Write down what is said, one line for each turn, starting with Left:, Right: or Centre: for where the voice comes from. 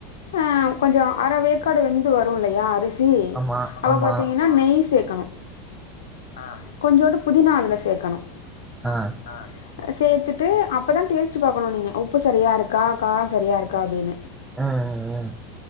Left: அ கொஞ்சோ அரவேக்காடு வெந்து வரு இல்லையா அரிசி சி
Centre: ஆமா,
Left: அப்ப
Centre: ஆமா.
Left: பாத்தீங்கன்னா நெய்ஸ் சேக்கணும் ஆ கொஞ்சோண்டு புதினா அதுல சேக்கணும்
Centre: ஆ,
Left: ஆ சேத்துட்டு அப்பதா டேஸ்ட்டு பாக்கணு நீங்க உப்பு சரியா இருக்கா காரோ சரியா இருக்கா அப்டின்னு
Centre: ம்,